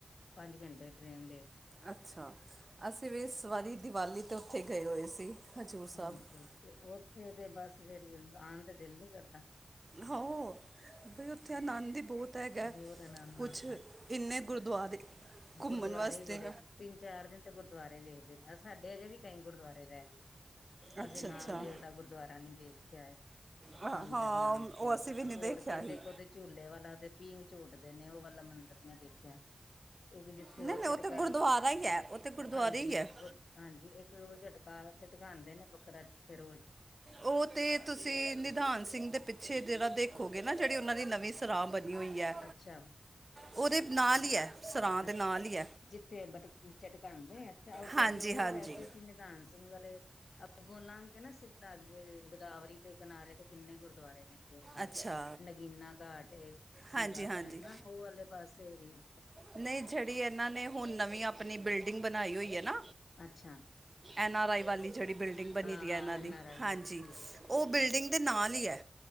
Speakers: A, on the left; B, on the right.
A: ਪੰਜ ਘੰਟੇ ਟ੍ਰੇਨ ਦੇ
B: ਅੱਛਾ, ਅਸੀਂ ਵੀ ਇਸ ਵਾਰੀ ਦੀਵਾਲੀ ਤੋਂ ਉੱਥੇ ਗਏ ਹੋਏ ਸੀ। ਹਜੂਰ
A: ਹਾਂਜੀ,
B: ਸਾਹਿਬ
A: ਤੇ ਉੱਥੇ ਤੇ ਬਸ ਫਿਰ ਆਣ ਦਾ ਦਿਲ ਨੀ ਕਰਦਾ।
B: ਹਾਂ, ਬਈ ਉੱਥੇ ਆਨੰਦ ਹੀ ਬਹੁਤ ਹੈਗਾ
A: ਬਹੁਤ ਆਨੰਦ
B: ਕੁਛ
A: ਆਂਦਾ।
B: ਇ ਗੁਰਦੁਆਰੇ।
A: ਗੁਰਦੁਆਰੇ
B: ਘੁੰਮਣ ਵਾਸਤੇ
A: ਹੀ ਬੜੇ ਤਿੰਨ ਚਾਰ ਦਿਨ ਤੇ ਗੁਰਦੁਆਰੇ ਵੇਖਦੇ ਸਾਡੇ ਅਜੇ ਵੀ ਕਈ ਗੁਰਦੁਆਰੇ ਰਹਿ ਗਏ।
B: ਅੱਛਾ
A: ਅਸੀਂ ਨਾਮਦੇਵ
B: ਅੱਛਾ
A: ਦਾ ਗੁਰਦੁਆਰਾ ਨਹੀਂ ਦੇਖ ਕੇ ਆਏ।
B: ਹਾਂ,
A: ਮੰਦਿਰ
B: ਹਾਂ
A: ਨਾਮ
B: ਉਹ
A: ਦੇਵ
B: ਅਸੀਂ
A: ਦਾ
B: ਵੀ ਨਹੀਂ
A: ਹੋਰ
B: ਦੇਖਿਆ
A: ਕਹਿੰਦੇ
B: ਹੀ
A: ਉਹਦੇ ਝੂਲੇ ਵਾਲਾ ਦੇ ਪੀਂਘ ਝੂਟਦੇ ਨੇ ਉਹ ਵਾਲਾ ਮੰਦਿਰ ਨੀ ਦੇਖਿਆ। ਇੱਕ ਜਿੱਥੇ
B: ਨਹੀਂ
A: ਉਹ
B: ਨਹੀਂ
A: ਝਟਕਾ
B: ਤੇ ਗੁਰਦੁਆਰਾ ਹੀ ਹੈ ਉਹ ਤੇ ਗੁਰਦੁਆਰਾ
A: ਹਾਂਜੀ
B: ਹੀ ਹੈ
A: ਗੁਰ ਹਾਂਜੀ ਇੱਕ ਉਹ ਝਟਕਾ। ਝਟਕਾਂਦੇ ਨੇ ਬੱਕਰਾ ਜਿੱਥੇ ਰੋਜ਼
B: ਉਹ ਤੇ ਤੁਸੀਂ ਨਿਧਾਨ ਸਿੰਘ ਦੇ ਪਿੱ ਛੇ ਜਿਹੜਾ ਦੇਖੋਗੇ ਨਾ, ਜਿਹੜੀ ਉਹਨਾਂ ਦੀ ਨਵੀਂ ਸਰਾਹ ਬਣੀ ਹੋਈ ਐ।
A: ਅੱਛਾ
B: ਉਹਦੇ ਨਾਲ ਈ ਐ ਸਰਾਂ ਦੇ
A: ਅੱ
B: ਨਾਲ ਈ ਐ।
A: ਜਿੱਥੇ ਬਟ ਚਟਕਾਂਦੇ ਉੱਧਰ
B: ਹਾਂਜੀ
A: ਨੀ ਗਏ
B: ਹਾਂਜੀ
A: ਵੈਸੇ ਅਸੀਂ ਨਿਧਾਨ ਸਿੰਘ ਵਾਲੇ ਅੱਗੋਂ ਲੰਘ ਕੇ ਨਾ ਸਿੱਧਾ ਅੱਗੇ ਗੋਦਾਵਰੀ ਤੇ ਕਿਨਾਰੇ ਤੇ ਕਿੰਨੇ ਗੁਰਦੁਆਰੇ ਨੇ। <unintelligible>
B: ਅੱਛਾ
A: ਨਗੀਨਾ ਘਾਟ ਐ ਹੀਰਾ
B: ਹਾਂਜੀ ਹਾਂਜੀ
A: ਹਨਾ ਉਹ ਵਾਲੇ ਪਾਸੇ ਹੋਗੀ।
B: ਨਹੀਂ ਜਿਹੜੀ ਇਹਨਾਂ ਨੇ ਹੁਣ ਨਵੀਂ ਆਪਣੀ ਬਿਲਡਿੰਗ ਬਣਾਈ ਹੋਈ ਐ ਨਾ।
A: ਅੱਛਾ।
B: ਐਨਾ ਰਾਈ ਵਾਲੀ ਜਿਹੜੀ ਬਿਲਡਿੰਗ ਬਣੀ
A: ਹਾਂ
B: ਦੀ
A: ਹਾਂ
B: ਐ ਇਹਨਾਂ
A: ਐਨ
B: ਦੀ
A: ਆਰ ਆਈ
B: ਹਾਂਜੀ
A: ਵਾਲੀ ਠੀਕ ਹੈ
B: ਉਹ ਬਿਲਡਿੰਗ ਦੇ ਨਾਲ ਈ ਐ।